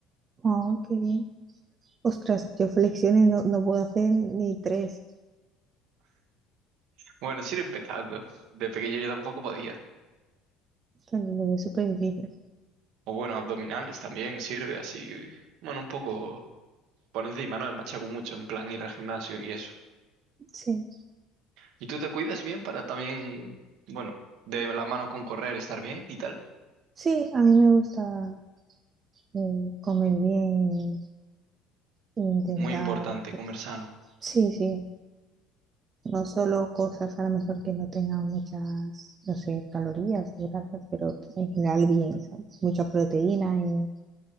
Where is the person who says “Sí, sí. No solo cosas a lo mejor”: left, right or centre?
Right